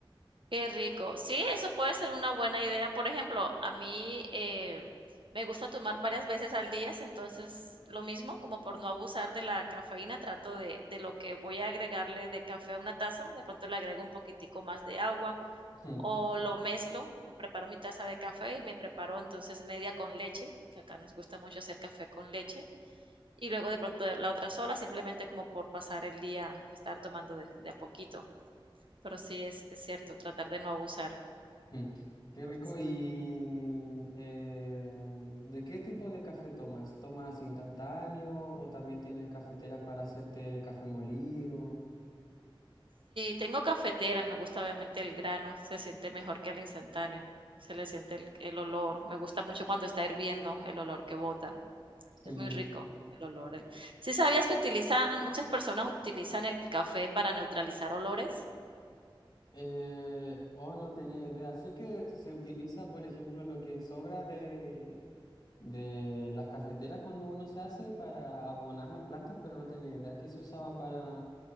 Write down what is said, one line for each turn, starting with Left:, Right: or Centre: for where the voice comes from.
Right: Qué rico. Sí, eso puede ser una buena idea. Por ejemplo, a mí eh, me gusta tomar varias veces al día, entonces lo mismo, como por no abusar de la cafeína, trato de, de lo que voy a agregarle de café a una taza, de pronto le agrego un poquitico más de agua
Left: Ujú,
Right: o lo mezclo, me preparo mi taza de café y me preparo entonces media con leche, que acá nos gusta mucho hacer café con leche, y luego de pronto la otra sola, simplemente como por pasar el día, estar tomando de, de a poquito. Pero sí es, es cierto, tratar de no abusar.
Left: ujú. Qué rico,
Right: si
Left: y eh, ¿de qué tipo de café tomas? ¿Tomas instantáneo o también tienes cafeteras para hacerte café molido?
Right: tengo cafetera, me gusta obviamente el grano, se siente mejor que el instantáneo, se le siente el, el olor, me gusta mucho cuando está hirviendo el olor que bota.
Left: Sí.
Right: Es muy rico el olor. ¿Sí sabías que utilizan, muchas personas utilizan el café para neutralizar olores?
Left: Eh, oh, no tenía idea. Sé que se utiliza, por ejemplo, lo que sobra de, de las cafeteras cuando uno se hace para abonar las plantas, pero no tenía idea que se usaba para,